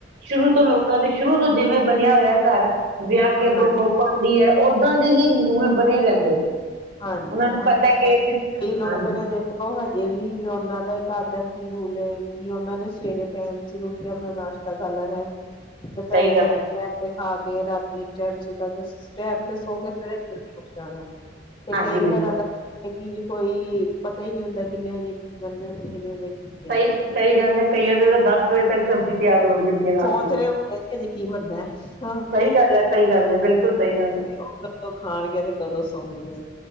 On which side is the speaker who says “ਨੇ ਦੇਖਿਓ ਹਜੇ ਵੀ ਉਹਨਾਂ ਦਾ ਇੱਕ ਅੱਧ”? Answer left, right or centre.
Left